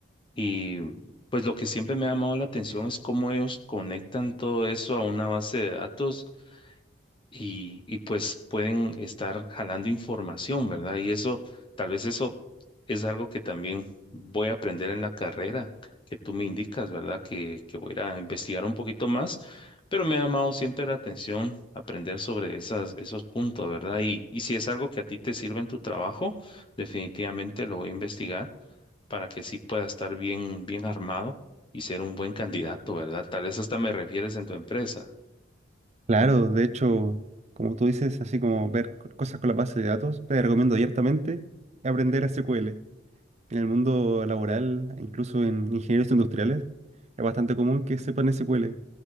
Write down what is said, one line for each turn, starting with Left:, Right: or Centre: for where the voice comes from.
Left: y pues lo que siempre me ha llamado la atención es cómo ellos conectan todo eso a una base de datos y, y pues pueden estar jalando información, ¿verdad? Y eso, tal vez eso es algo que también voy a aprender en la carrera que tú me indicas, ¿verdad? Que, que voy a ir a investigar un poquito más, pero me ha llamado siempre la atención aprender sobre esas, esos puntos, ¿verdad? Y, y si es algo que a ti te sirve en tu trabajo, definitivamente lo voy a investigar para que sí pueda estar bien, bien armado y ser un buen candidato, ¿verdad? Tal vez hasta me refieres en tu empresa.
Right: Claro, de hecho, como tú dices, así como ver co- cosas con la base de datos, te recomiendo abiertamente aprender SQL. En el mundo laboral, incluso en ingenieros industriales, es bastante común que sepan SQL,